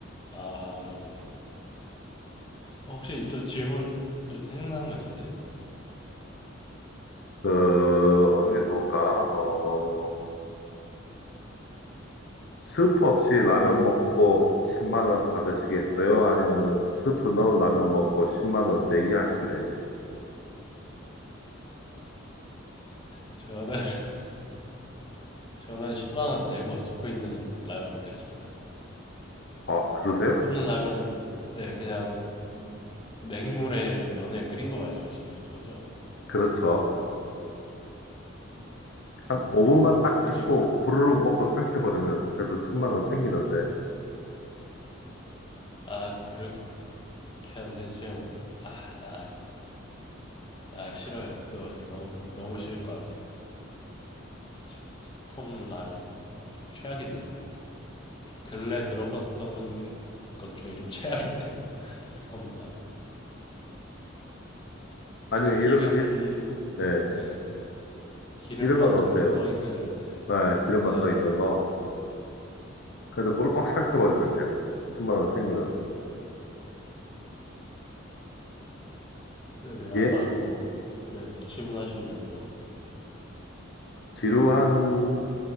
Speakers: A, on the left (about 25°); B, on the left (about 60°).
A: 아, 그렇네요. 어, 혹시 또 질문 생각나는 거 있으세요?
B: 그, 어느 게 좋을까? 어, 스프 없이 라면 먹고 10만 원 받으시겠어요? 아니면 스프 넣은 라면 먹고 10만 원 내기 하실래요?
A: 저는, <laughs> 저는 10만 원 내고 스프 있는 라면 먹겠습니다.
B: 아 그러세요?
A: 스프 없는 라면은, 네, 그냥 맹물에 면에 끓인 거 말씀이신 거죠?
B: 그렇죠.
A: 저는
B: 한 5분만
A: 그,
B: 딱
A: 굳이
B: 참고
A: 그,
B: 후루룩 먹고 삼켜버리면 그래도 10만 원 생기는데.
A: 아, 그렇게 안 돼. 제가, 오바- 아, 아, 아, 싫어요. 그거 너무, 너무 싫을 것 같아요. 치, 스프 없는 라면? 어, 좀 최악인데요. 근래 들어갔던 건- 것 중에 좀 최악인데요. <laughs> 스프 없는 라면은.
B: 아니면
A: 약간 기름,
B: 이런, 이, 예,
A: 예, 기름만
B: 이런 건 어때요?
A: 둥둥 떠 있는, 예,
B: 아, 기름만
A: 네.
B: 떠 있는 거. 그래서 꼴깍 삭혀버리면 그냥 10만 원 생기는데.
A: 네네, 아까
B: 예?
A: 뭐, 뭐, 네, 질문하시려는 거.
B: 지루한